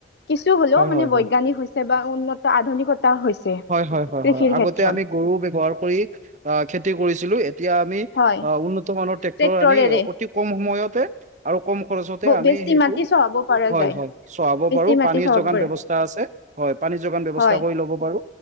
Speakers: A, on the left (about 70°); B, on the right (about 45°).
A: কিছু হ'লেও
B: হয়,
A: মানে
B: হয় হয়
A: বৈজ্ঞানিক হৈছে বা উন্নত আধুনিকতা হৈছে
B: হয় হয় হয়
A: কৃষিৰ
B: হয়
A: ক্ষেত্ৰত।
B: আগতে আমি গৰু ব্যৱহাৰ কৰি আহ খেতি কৰিছিলো এতিয়া আমি
A: হয়,
B: অ উন্নত মানৰ ট্ৰেক্টৰ
A: ট্ৰেক্টৰেৰে
B: আনি অতি কম সময়তে আৰু কম খৰচতে আমি
A: বেছি
B: সেইটো
A: মাটি চহাব পৰা
B: হয়
A: যায়।
B: হয় চোৱাব
A: বেছি
B: পাৰো
A: মাটি
B: পানীৰ
A: চহাব
B: যোগান
A: পাৰে,
B: ব্যৱস্থা আছে হয় পানীৰ যোগান ব্যৱস্থা
A: হয়।
B: কৰি ল'ব পাৰো